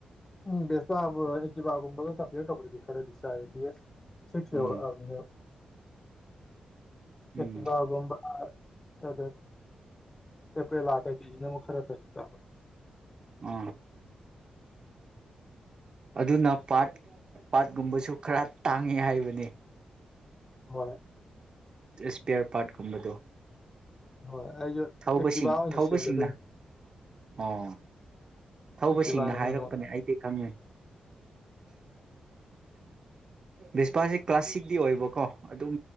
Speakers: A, on the left (about 20°); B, on the right (about 40°).
A: ꯎꯝ ꯦꯁꯇꯕꯥꯒꯨꯝꯕꯣ ꯀꯝꯄꯦꯌꯔ ꯇꯧꯕꯔꯗꯤꯦꯔꯦ ꯑꯗꯨ ꯗꯤ ꯁꯤꯁꯔ
B: ꯎꯝ
A: ꯑꯦꯀꯤ
B: ꯎꯝ
A: ꯕꯒꯨꯝꯝꯕ ꯑ ꯑꯦ ꯂꯥꯛꯀ ꯀ ꯈꯔ ꯐꯠꯇ
B: ꯑ ꯑꯗꯨꯅ ꯄꯥꯠ ꯄꯥꯠꯀꯨꯝꯕꯁꯨ ꯈꯔ ꯇꯥꯡꯉꯤ ꯍꯥꯏꯕꯅꯤ
A: ꯍꯣꯏ
B: ꯏꯁꯄꯤꯌꯔ ꯄꯥꯔꯠꯀꯨꯝꯕꯗꯣ
A: ꯍꯣꯏ ꯑꯩꯁꯨ
B: ꯊꯧꯕꯁꯤꯡ
A: ꯑꯦꯛꯇꯤꯚꯥ ꯑꯣꯏꯅ
B: ꯊꯧꯕꯁꯤꯡꯅ
A: ꯁꯤꯜꯂꯗꯣꯏꯅꯤ
B: ꯑꯣ ꯊꯧꯕꯁꯤꯡꯅ
A: ꯑꯦꯛꯇꯤꯚꯥꯅ ꯍꯦꯟꯅ
B: ꯍꯥꯏꯔꯛꯄꯅꯦ
A: ꯅꯨꯡꯉꯥꯏ
B: ꯑꯩꯗꯤ ꯈꯪꯉꯦ ꯕꯤꯁꯄꯥꯁꯤ ꯀ꯭ꯂꯥꯁꯤꯛꯤ ꯑꯣꯏꯕꯀꯣ ꯑꯗꯨꯝ